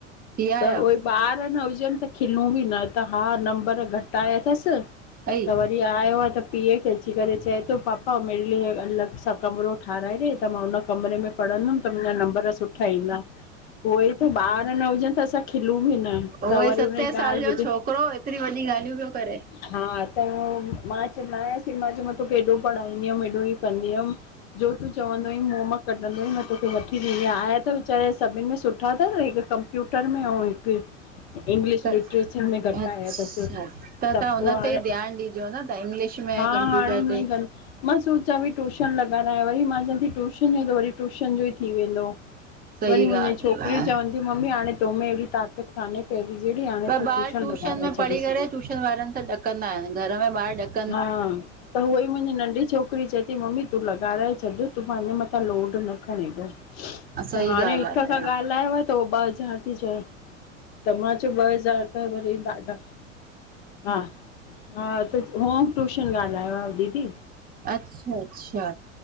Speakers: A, on the right; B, on the left.
A: थी आया
B: त उये ॿार न हुजन त खिलूं ॿि न। त हा नंबर घट आया थस
A: अई
B: त वरी आयो आ त पीए खे अची करे चए तो पापा मेरे लिए अलॻ सां कमरो ठाराएॾे त मां हुन कमरे में पढ़ंदुम त मुंजा नंबर सुठा ईंदा। उय ई त ॿार न हुजन त असां खिलूं ॿि न त
A: उहे
B: वरी
A: सते
B: हुन ॼी
A: साल
B: ॻाल
A: जो
B: ॿुधी
A: छोकिरो एतिरी वॾी ॻालियो पयो करे।
B: हा त मां चवंदा आस मां चयो मां तोखे एॾो पढ़ाईंदी अम एॾो ईअ कंदीअम। जो तूं चवंदो हुई मुं मां कढंदो मां तोखे वठी ॾींदी आ आया त वीचारा सॿिन में सुठा थव हिक कंप कंप्यूटर में ऐं हिक इंग्लिश
A: त
B: लिटरेचर में घट
A: अच्छा
B: आया। तस
A: तव्हां
B: त
A: हुन
B: पो हाणे
A: ते ई ध्यानु ॾिजो न तव्हां इंग्लिश में
B: हा
A: कंप्यूटर
B: हाणे
A: ते
B: इअं कं मां सोचयां पई टूशन लॻारा वरी मां चवां ती ट्यूशन जो त वरी टूशन जो ई थी वेंदो।
A: सही
B: वरी मुंजी
A: ॻाल्हि
B: छोकरियूं
A: आहे
B: चवंदियूं की मम्मी हाणे तो में एड़ी ताक़त काने पैरीं जेड़ी हाणे
A: पर
B: तू
A: ॿार
B: ट्यूशन
A: टूशन
B: लॻाराए।
A: में पढ़ी
B: छॾीसि
A: करे ट्यूशन वारन सां ॾकंदा आयन घर में ॿार ॾक
B: हा त उहई मुंजी नंढी छोकरी चए थी मम्मी तूं लॻाराए छॾ। तूं पेंॼे मथां लोड न खण ऐड़ो त
A: सही
B: हाणे
A: ॻाल्हि
B: हिक खां
A: आहे
B: ॻालायो आ। त ॿ हज़ार ती चये। त मां चयो ॿ हज़ार त वरी ॾाढा हा। हा त होम ट्यूशन ॻालायो आ दीदी।
A: अच्छा-अच्छा।